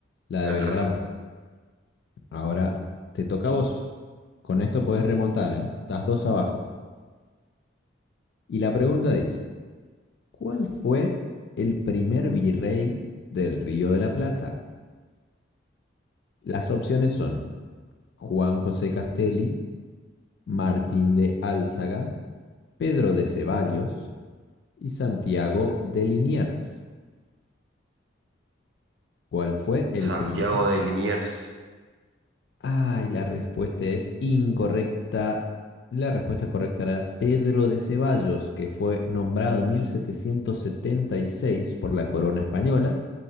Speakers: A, on the left (about 60°); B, on the right (about 65°).
A: la
B: tenés
A: de Belgrano.
B: razón.
A: Ahora te toca a vos. Con esto podés remontar, ¿eh? Estás dos abajo. Y la pregunta dice. ¿Cuál fue el primer virrey del Río de la Plata? Las opciones son Juan José Castelli, Martín de Álzaga, Pedro de Ceballos y Santiago de Liniers. ¿Cuál fue el
B: Santiago
A: primer?
B: de Liniers,
A: Ay, la respuesta es incorrecta. La respuesta correcta era Pedro de Ceballos, que fue nombrado en 1776 por la corona española